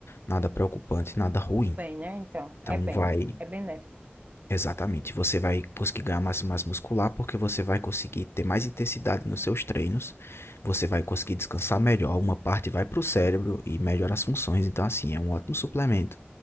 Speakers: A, on the left (about 85°); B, on the right (about 40°).
A: nada preocupante, nada ruim.
B: tem, né? Então,
A: Então
B: é bem,
A: vai
B: é benéfico.
A: Exatamente. Você vai conseguir ganhar massa e massa muscular porque você vai conseguir ter mais intensidade nos seus treinos, você vai conseguir descansar melhor, uma parte vai para o cérebro e melhora as funções. Então, assim, é um ótimo suplemento.